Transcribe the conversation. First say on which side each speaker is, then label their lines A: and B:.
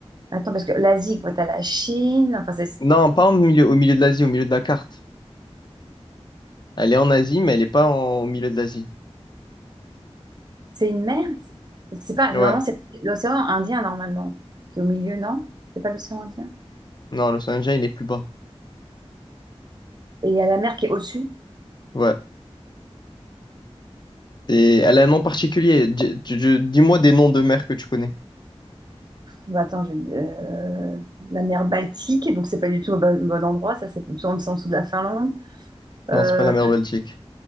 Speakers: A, on the right (about 40°); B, on the left (about 45°).
A: Attends, parce que l'Asie, quoi, t'as la Chine, enfin, c'est
B: Non, pas au milieu, au milieu de l'Asie, au milieu de la carte. Elle est en Asie, mais elle est pas en- au milieu de l'Asie.
A: c'est une mer. C'est c'est pas,
B: Ouais.
A: normalement, c'est l'océan Indien, normalement, qui est au milieu, non? C'est pas l'océan Indien?
B: Non, le saint il est plus bas.
A: Et il y a la mer qui est au-dessus.
B: Ouais. Et elle a un nom particulier. Di- tu- tu- Dis-moi des noms de mers que tu connais.
A: Bah, attends, je, euh, la mer Baltique, donc c'est pas du tout au bon, bon endroit, ça c'est plutôt en dessous de la Finlande. Euh,
B: Non, c'est pas la mer Baltique.